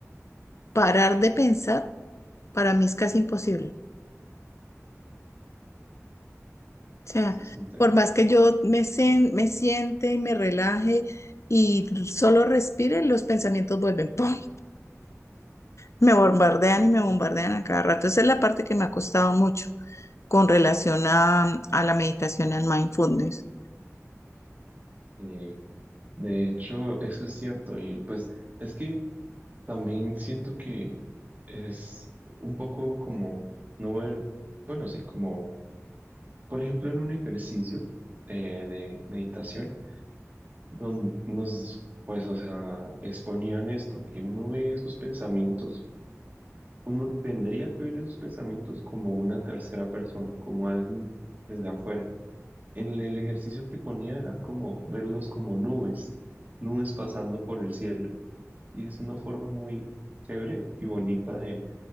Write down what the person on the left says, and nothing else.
parar de pensar, Para mí es casi imposible. O sea,
por más
que yo me, sen- me siente y me relaje y solo respire, los pensamientos vuelven. ¡pum! Me bombardean y me bombardean a cada rato. Esa es la parte que me ha costado mucho con relación a, a la meditación, al mindfulness.